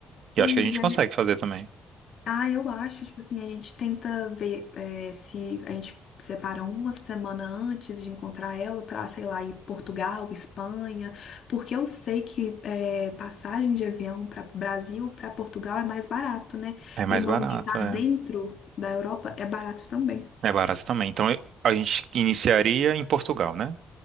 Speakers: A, on the right; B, on the left.
A: E
B: Pois
A: eu acho que a gente
B: é,
A: consegue fazer também.
B: Ah, eu acho, tipo assim, a gente tenta ver é, se a gente separa uma semana antes de encontrar ela pra, sei lá, ir Portugal, Espanha, porque eu sei que é, passagem de avião para Brasil, para Portugal é mais barato, né?
A: É mais
B: E movimentar
A: barato, é.
B: dentro da Europa é barato também.
A: É barato também. Então eu- a gente iniciaria em Portugal, né?